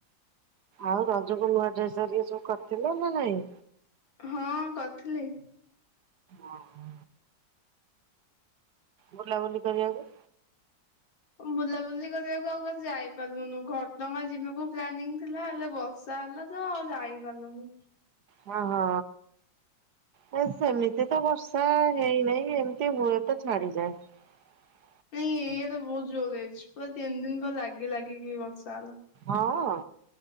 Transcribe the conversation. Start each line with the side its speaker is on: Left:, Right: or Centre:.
Right: ଆଉ ରଜକୁ ନୂଆ ଡ୍ରେସ୍ ଘରିଆ ସବୁ କରିଥିଲ ନା ନାହିଁ?
Left: ହଁ କରିଥିଲି।
Right: ଓ ହୋ। ବୁଲାବୁଲି କରିବାକୁ
Left: ବୁଲାବୁଲି କରିବାକୁ ଆଉ କୁଆଡେ ଯାଇ ପାରିଲୁନୁ ଘଟ ଗାଁ ଯିବାକୁ ପ୍ଲାନିଂ ଥିଲା ହେଲେ ବର୍ଷା ହେଲା ତ ଆଉ ଯାଇ ପାରିଲୁନୁ।
Right: ହଁ ହଁ। ନା ସେମିତି ତ ବର୍ଷା ହେଇ ନାହିଁ ଏମିତି ହୁଏ ତ ଛାଡିଯାଏ। ହ <inaudible>
Left: ନାଇଁ ଏଇଆଡେ ବହୁତ ଜୋରେ ହେଇଛି ପୁରା ତିନି ଦିନ ପୁରା ଲାଗି ଲାଗିକି ବର୍ଷା ହେଲା।
Right: ହଁ